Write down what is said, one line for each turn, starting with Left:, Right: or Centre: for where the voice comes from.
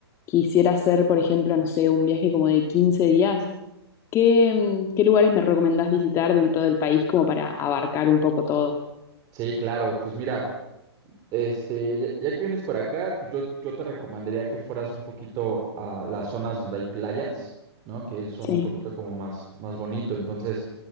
Left: Quisiera hacer, por ejemplo, no sé, un viaje como de 15 días. ¿Qué, mm, qué lugares me recomendás visitar dentro del país como para abarcar un poco todo?
Right: Sí, claro, pues mira, este, ya, ya que vienes para acá, pues yo, yo te recomendaría que fueras un poquito a las zonas donde hay playas, ¿no? Que son
Left: Sí.
Right: un poquito como más, más bonito. Entonces,